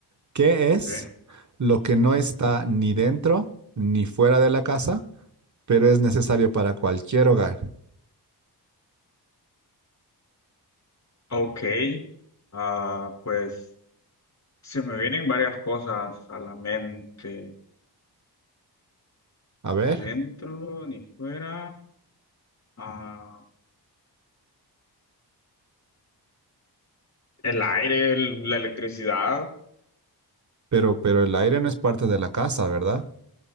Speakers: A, on the right; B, on the left.
A: ¿Qué es
B: ¿Qué?
A: lo que no está ni dentro ni fuera de la casa, pero es necesario para cualquier hogar.
B: Ok. Ah, pues se me vienen varias cosas a la mente.
A: A ver,
B: Ni dentro, ni fuera. Ah, el aire, el- la electricidad.
A: pero, pero el aire no es parte de la casa, ¿verdad?